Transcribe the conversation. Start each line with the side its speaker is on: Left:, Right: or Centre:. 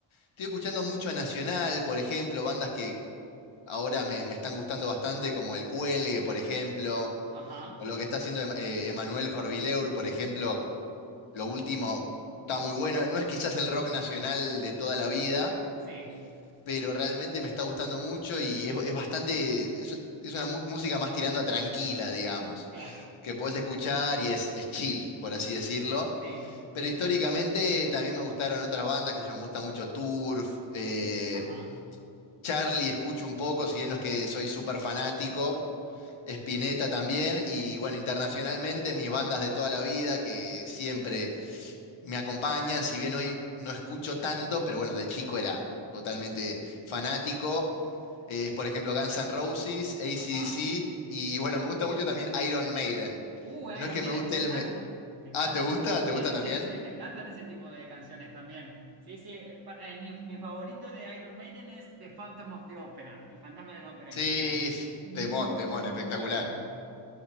Left: Estoy escuchando mucho a Nacional, por ejemplo, bandas que, ahora me, me están gustando bastante, como el Cuelgue, por ejemplo,
Right: ajá,
Left: o lo que está haciendo Em- eh, Emanuel Jorvileur, por ejemplo, lo último está muy bueno. No es quizás el rock nacional de toda la vida,
Right: sí,
Left: pero realmente me está gustando mucho y es, es bastante, es, es una mu- música más tirando a tranquila, digamos,
Right: claro,
Left: que puedes escuchar y es, es chill, por así decirlo.
Right: sí,
Left: Pero históricamente también me gustaron otras bandas, que yo me gusta mucho Turf, eh,
Right: ajá,
Left: Charlie escucho un poco, si bien no es que soy súper fanático, Spinetta también, y bueno, internacionalmente mis bandas de toda la vida que siempre me acompañan, si bien hoy no escucho tanto, pero bueno, de chico era totalmente fanático, eh, es por ejemplo Guns N' Roses, AC/DC,
Right: ajá.
Left: y bueno, me gusta mucho también Iron Maiden.
Right: Uh,
Left: No
Right: Iron
Left: es que
Right: Maiden,
Left: me guste
Right: me encanta,
Left: el... me-
Right: me encanta.
Left: Ah, ¿te gusta? ¿Te gusta
Right: Sí,
Left: también?
Right: sí, sí, me encantan ese tipo de canciones también. Sí, sí, eh, pa- el- mi, mi favorito de Iron Maiden es The Phantom of the Opera, El Fantasma de la Ópera,
Left: Sí,
Right: que es
Left: sí,
Right: muy,
Left: temón, temón,
Right: muy
Left: espectacular.
Right: buena.